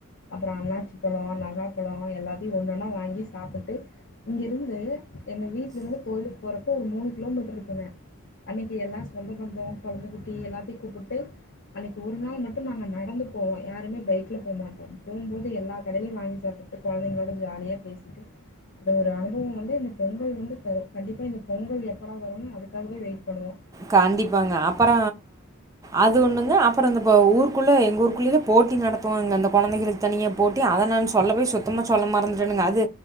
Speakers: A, on the left; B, on the right.
A: அப்பற அண்ணாச்சி பழோ நவாப்பழோ எல்லாத்தையு ஒன்னொன்னா வாங்கி சாப்ட்டுட்டு இங்கிருந்து எங்க வீட்ல இருந்து கோயிலுக்கு போறப்ப ஒரு மூணு கிலோ மீட்டர் இருக்குங்க அன்னைக்கி எல்லா சொந்த பந்தோ கொழந்த குட்டி எல்லாத்தையு கூப்பிட்டு அன்னைக்கி ஒரு நாள் மட்டு நாங்க நடந்து போவோ யாருமே பைக்ல போமாட் போம்போது எல்லா கடைலையு வாங்கி சாப்ட்டுட்டு கொழந்தைங்களோட ஜாலியாக பேசிட்டு அந்த ஒரு அனுபவம் வந்து இந்த பொங்கல் வந்து தரு கண்டிப்பா இந்த பொங்கல் எப்படா வரும்னு அதுக்காகவே வெயிட் பண்ணுவோ
B: கண்டிப்பாங்க அப்பற அது ஒண்ணுங்க அப்பற இந்த ப ஊருக்குள்ள எங்க ஊருக்குள்ளேலா போட்டி நடத்துவாங்க அந்த கொழந்தைகளுக் தனியா போட்டி அத நான்னு சொல்லவே சுத்தமா சொல்ல மறந்துட்டேனுங்க அது